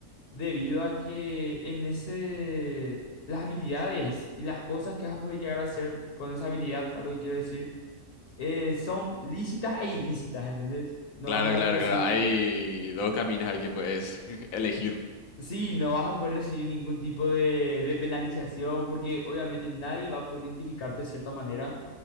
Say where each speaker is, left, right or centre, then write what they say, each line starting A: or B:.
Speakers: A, on the left (about 60°); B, on the left (about 80°).
A: debido a que en ese, las habilidades y las cosas que vas a poder llegar a hacer con esa habilidad, a lo que quiero decir, eh, son lícitas e ilícitas, ¿entendés? No
B: Claro,
A: vas
B: claro,
A: a recibir,
B: claro. Hay dos caminos ahí que puedes <laughs> elegir.
A: sí, no vas a poder recibir ningún tipo de, de penalización porque obviamente nadie va a poder identificarte de cierta manera